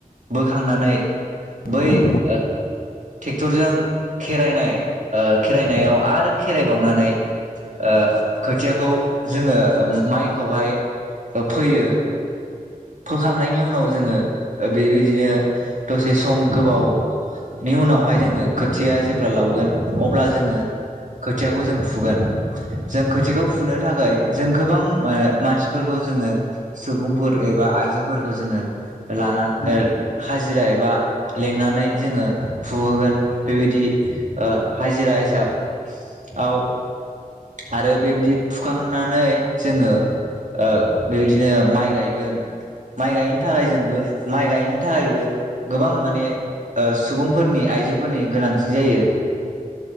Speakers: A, on the right (about 55°); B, on the left (about 80°).
A: बोखांनानै बै
B: औ उम औ उम औ उम औ उम औ उम
A: ओ ट्रेक्टरजों खेरायनाय ओ खेरायनायाव
B: औ औ उम औ
A: आरो खेरायबावनानै ओ खोथियाखौ जोङो माइखौहाय फोयो। फोखांनायनि उनाव जोङो बेबायदिनो दसे सम गोबावनि उनावहाय जोङो खोथिया जेब्ला लावगोन अब्ला जोङो खोथियाखौ जों फुगोन जों खोथियाखौ फुनो थाखाय जों गोबां मानसिफोरखौ जोङो सुबुंफोर एबा आइजोफोरखौ जोङो लाना
B: उम
A: हाजिरा एबा लेंनानै जोङो फुहोगोन बेबायदि ओ हाजिरा हिसाब आव आरो बेबायदि फुखांनानै जोङो ओ बेबादिनो माइ गाय माइ गायनो थाखाय जोंबो माइ गायनो थाखायबो गोबां माने सुबुंफोरनि आइजोफोरनि गोनांथि जायो